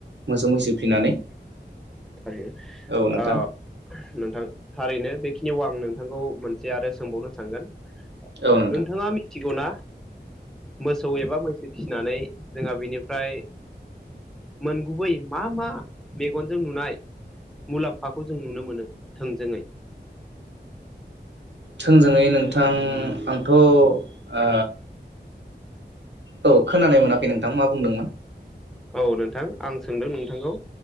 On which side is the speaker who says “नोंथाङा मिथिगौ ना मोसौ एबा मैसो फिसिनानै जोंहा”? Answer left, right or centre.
Centre